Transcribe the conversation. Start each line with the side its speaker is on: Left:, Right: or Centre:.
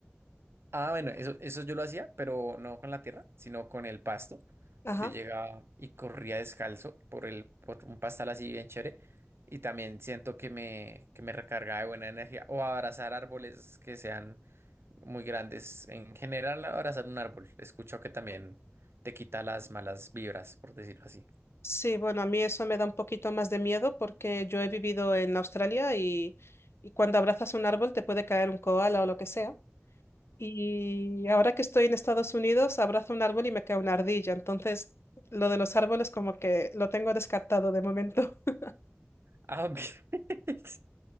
Right: Ah, bueno, eso, eso yo lo hacía, pero no con la tierra, sino con el pasto.
Left: Ajá.
Right: Yo llegaba y corría descalzo por el, por un pastal así bien chévere. Y también siento que me, que me recargaba de buena energía. O abrazar árboles que sean muy grandes. En general, abrazar un árbol. He escuchado que también te quita las malas vibras, por decirlo así.
Left: Sí, bueno, a mí eso me da un poquito más de miedo porque yo he vivido en Australia y, y cuando abrazas un árbol te puede caer un koala o lo que sea. Y ahora que estoy en Estados Unidos, abrazo un árbol y me cae una ardilla. Entonces, lo de los árboles como que lo tengo descartado de momento. <laughs>
Right: Ah, ok. <laughs>